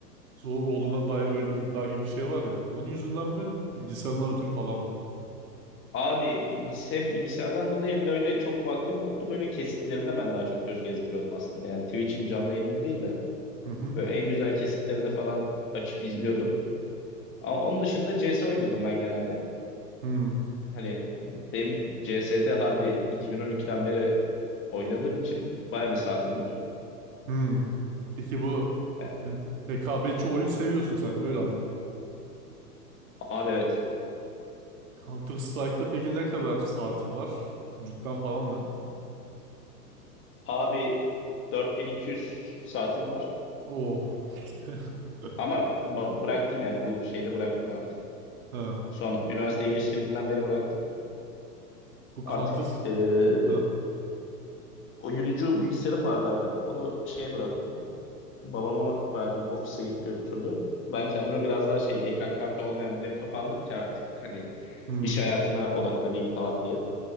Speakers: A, on the right (about 60°); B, on the left (about 25°).
A: zor olduğuna dair böyle bir iddia gibi bir şey var ya. Onun yüzünden mi bilgisayarından ötürü falan mı?
B: Abi bilgis hem bilgisayardan dolayı hem de öyle çok vaktim yoktu. Böyle kesitlerine ben daha çok göz gezdiriyordum aslında. Yani Twitch'in canlı yayını değil de
A: Hı hı.
B: Böyle en güzel kesitlerinde falan açıp izliyordum. Ama onun dışında CS oynuyordum ben genelde.
A: Hmm.
B: Hani benim CS'de harbi 2012'den beri oynadığım için baya bir saatim var.
A: Hmm. Peki bu
B: Yani
A: yani rekabetçi oyun seviyorsun sen öyle anladım.
B: abi evet.
A: Counter Strike'da peki ne kadar saatin var? Rütben falan ne?
B: Abi 4200 saatim var.
A: Oh. <laughs>
B: Ama ba- bıraktım yani bu şeyde bıraktım artık.
A: Ha.
B: Son üniversiteye geçtiğimden beri bıraktım.
A: Bu
B: Artık
A: Counter...
B: eee
A: Ha.
B: oyuncu bilgisayarım vardı abi. Onu şeye bıraktım. Babama verdim. Ofise götürdü. Ben kendime biraz daha şey ekran kartı olmayan bir laptop aldım ki artık hani
A: Hmm.
B: iş hayatına odaklanayım falan diye.